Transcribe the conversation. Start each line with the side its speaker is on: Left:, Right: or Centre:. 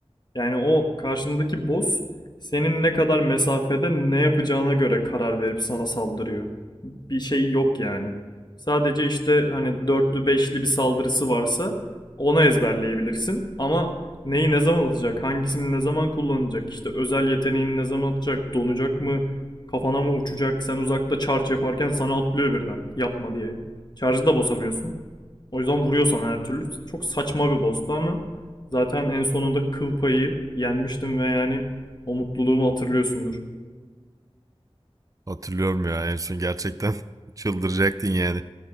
Left: Yani o karşındaki boss senin ne kadar mesafede ne yapacağına göre karar verip sana saldırıyor bir şey yok yani. Sadece işte hani dörtlü beşli bir saldırısı varsa onu ezberleyebilirsin. Ama neyi ne zaman atacak, hangisini ne zaman kullanacak, işte özel yeteneğini ne zaman atacak, donacak mı, kafana mı uçacak, sen uzakta charge yaparken sana atlıyor birden yapma diye. Charge'ı da bozamıyorsun O yüzden vuruyor sana her türlü. Çok saçma bir boss'tu ama zaten en sonunda kıl payı yenmiştim ve yani o mutluluğumu hatırlıyorsundur.
Right: Hatırlıyorum ya en son gerçekten <laughs> çıldıracaktın yani.